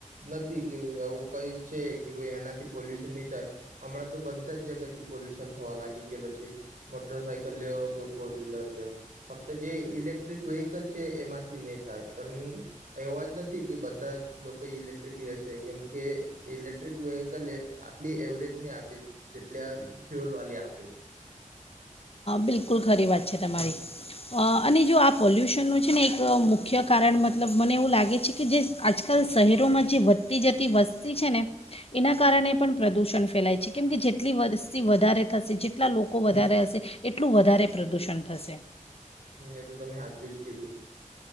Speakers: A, on the right (about 80°); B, on the left (about 45°).
A: નથી કે આવું કઈ છે કે ભ એનાથી પોલ્યુશન નહી થાય, હમણાં તો બધા જ જગ્યા થી પોલ્યુશન થવા લાગી ગયેલો છે, મોટર સાાયકલ લેવ કે ફોર વ્હીલર લેવ ફક્ત જે ઇલેક્ટ્રિક વ્હકલ છે એમાં નહી થાય પણ એવા જ નથી કે બધા લોકો ઇલેક્ટ્રિક લેશે કેમ કે ઇલેક્ટ્રિક વેહકલ આટલી એવરેજ નહી આપે જેટલા ફ્યુલ વાલી આપે.
B: બિલકુલ ખરી વાત છે તમારી, અને જો આ પોલ્યુશનનું છે ને એક મુખ્ય કારણ મતલબ મને એવું લાગે છે કે જે આજકાલ શહેરોમાં જે વધતી જતી વસ્તી છે ને, એના કારણે પણ પ્રદૂષણ ફેલાય છે કેમ કે જેટલી વસ્તી વધારે થશે જેટલા લોકો વધારે હશે એટલું વધારે પ્રદૂષણ થશે.
A: એ તો તમે સાચું જ કીધું